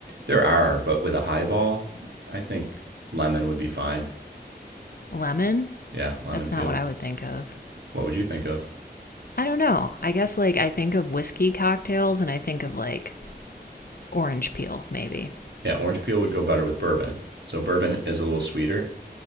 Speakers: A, on the right (about 85°); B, on the left (about 60°).
A: there are, but with a highball, I think lemon would be fine.
B: Lemon?
A: Yeah, lemon
B: That's
A: peel.
B: not what I would think of.
A: What would you think of?
B: I don't know. I guess like I think of whiskey cocktails and I think of like Orange peel, maybe.
A: Yeah, orange peel would go better with bourbon. So bourbon is a little sweeter